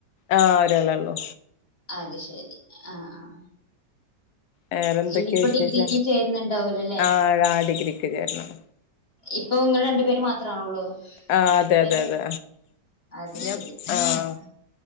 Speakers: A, on the left; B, on the left.
A: ആഹ ഒരാളെ ഉള്ളു
B: അത് ശരി ആ ആഹ
A: വേറെന്തൊക്കെയാ
B: ഇനിയിപ്പോ
A: വിശേഷം
B: ഡിഗ്രിക്ക് ചേരുന്നുണ്ടാവലല്ലേ
A: ആഹ് ആഹ് ഡിഗ്രിക്ക് ചേരണം
B: ഇപ്പൊ നിങ്ങൾ രണ്ടു പേര് മാത്രമാണള്ളൂ
A: ആഹ് അതെ
B: വേ
A: അതെ അതെ
B: അത്
A: ഞാൻ
B: ശരി
A: ആഹ്
B: ആഹ